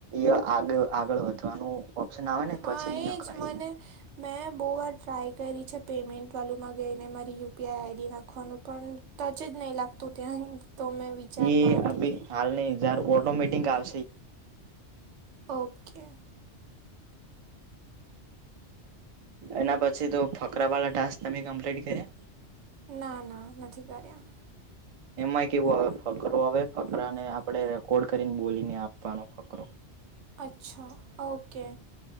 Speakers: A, on the right; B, on the right.
A: આ આગળ વધવાનું ઓપ્શન આવે ને પછી
B: હા
A: ન
B: એ
A: ખાય
B: જ મને મેં બહુ વાાર ટ્રાય કરી છે પેમમેન્ટ વામાં ગઈ ને મારી યુપીઆઈ આઈડી ના કર ખવાનું પણ ટચ જ નહી લાગતું ત્યાં તો મેં વિચારમાં
A: એ
B: હતી
A: અભી
B: કે
A: હાલ નહી જયાર ઓટોમિટંગ આવ
B: ઓકે.
A: એના પછી તો ફકરા વાળા ટાસ્ક તમે કમ્પ્લીટ કર્યા
B: ના ના નથી કર્યા
A: એમાંય કેવું આવે ફકરો હવે ફકરાને આપણે રેકોર્ડ કરીને બોલીને આપવાનો ફકરો
B: અચ્છા ઓકે